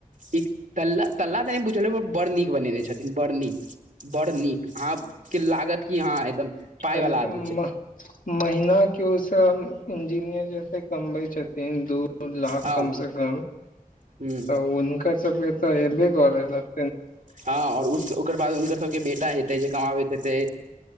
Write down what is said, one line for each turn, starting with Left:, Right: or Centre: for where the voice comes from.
Right: इ तल्ला- तल्ला त नै बुझल अइ बड़ नीक बनेने छथिन, बड़ नीक। बड़ नीक, अहाँके लागत कि हँ, एकदम पाय
Left: अरे
Right: वाला
Left: तऽ,
Right: आदमी
Left: मह-
Right: छै
Left: महीना के ओ सब इंजीनियर, जते कमबै छथिन दू लाख
Right: हँ
Left: कम स कम तऽ
Right: ह
Left: हुनकर सबके तऽ हेबे करत।
Right: हँ, और ओकर बाद हुनकर सबके बेटा हेतै जे कमाबैत हेतै